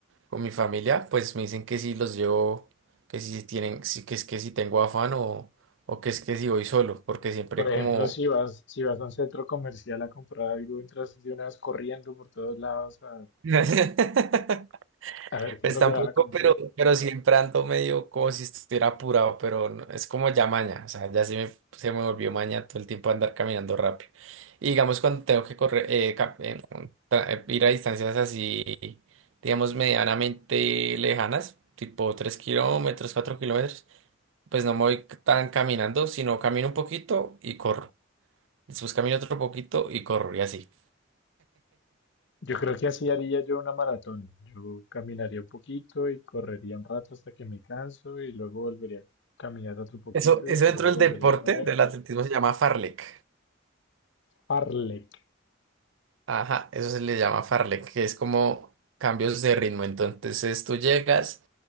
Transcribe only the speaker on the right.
con mi familia, pues me dicen que si los llevo, que si tienen, si- que es que si tengo afán o, o que es que si voy solo, porque siempre
como
<laughs>
Pues
tampoco,
pero, pero siempre ando medio como si estuviera apurado, pero no- es como ya maña, o sea, ya se me, se me volvió maña todo el tiempo andar caminando rápido. Y digamos cuando tengo que correr, eh, cap- eh, tra- eh, ir a distancias así, digamos, medianamente lejanas, tipo 3 kilómetros, 4 kilómetros, pues no me voy tan caminando, sino camino un poquito y corro. Después camino otro poquito y corro y así.
Eso, eso
dentro del
deporte,
del atletismo, se llama farlek.
Ajá, eso se le llama fartlek, que es como cambios de ritmo. Entonces tú llegas,